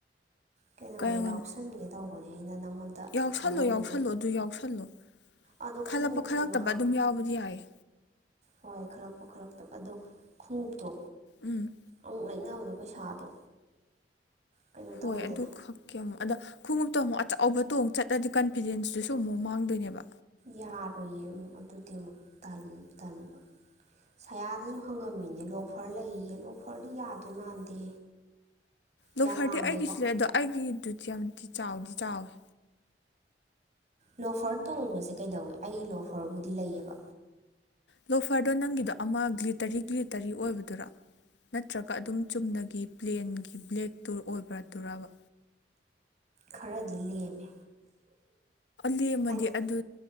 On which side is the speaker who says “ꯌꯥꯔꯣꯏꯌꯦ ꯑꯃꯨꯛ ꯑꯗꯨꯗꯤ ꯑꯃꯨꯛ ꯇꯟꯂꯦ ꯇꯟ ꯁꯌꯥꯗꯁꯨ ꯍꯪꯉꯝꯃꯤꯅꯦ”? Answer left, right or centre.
Right